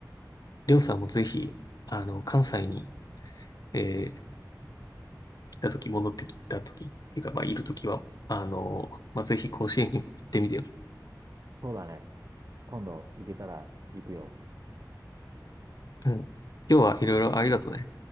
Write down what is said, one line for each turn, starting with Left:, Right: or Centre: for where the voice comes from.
Left: りょうさんもぜひ、あの、関西に、えー来た時戻ってきた時っていうか、まあ、いる時は、あの、まあ、ぜひ甲子園にも行ってみてよ。
Right: そうだね。今度行けたら行くよ。
Left: うん。今日はいろいろありがとね。